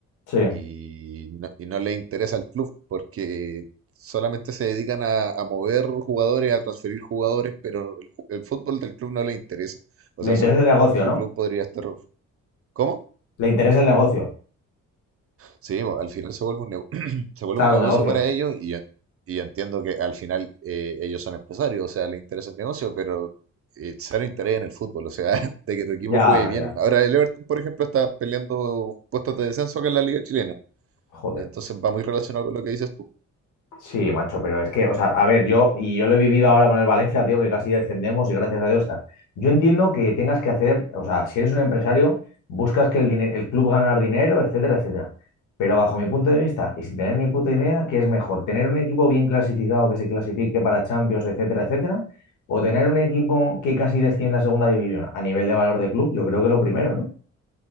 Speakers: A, on the left (about 80°); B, on the right (about 50°).
A: Sí.
B: y no, y no le interesa al club porque solamente se dedican a, a mover jugadores, a transferir jugadores, pero el, ju- el fútbol del club no le interesa. O
A: Le
B: sea,
A: interesa
B: su,
A: el negocio,
B: su
A: ¿no?
B: club podría estar... ¿Cómo?
A: Le interesa el negocio.
B: Sí, bo, al final se vuelve un, nego- <clears throat> se vuelve
A: Claro,
B: un negocio
A: un negocio.
B: para ellos y, ya- y ya entiendo que al final eh, ellos son empresarios, o sea, les interesa el negocio, pero eh, cero interés en el fútbol, o sea, <laughs> de que tu equipo
A: Ya,
B: juegue bien.
A: ya.
B: Ahora el Everton, por ejemplo, está peleando puestos de descenso acá en la Liga Chilena,
A: Joder.
B: entonces va muy relacionado con lo que dices tú.
A: Sí, macho, pero es que, o sea, a ver, yo, y yo lo he vivido ahora con el Valencia, tío, que casi descendemos y gracias a Dios está. Yo entiendo que tengas que hacer, o sea, si eres un empresario, buscas que el, dine- el club ganar dinero, etcétera, etcétera. Pero bajo mi punto de vista, y sin tener ni puta idea, ¿qué es mejor? ¿Tener un equipo bien clasificado que se clasifique para Champions, etcétera, etcétera? ¿O tener un equipo que casi descienda a segunda división? A nivel de valor de club, yo creo que lo primero, ¿no?